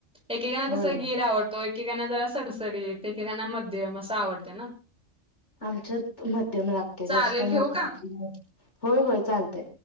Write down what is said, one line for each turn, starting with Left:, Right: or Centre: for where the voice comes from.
Centre: एकेकाना
Left: होय
Centre: कस गीर आवडतो एकेकांना जरा सडसडी एकेकांना मध्यम असं आवडत ना,
Left: आमच्यात मध्यम लागते
Centre: चालेल
Left: जास्त
Centre: ठेवू
Left: मोकळ्या,
Centre: का
Left: होय होय चालतय,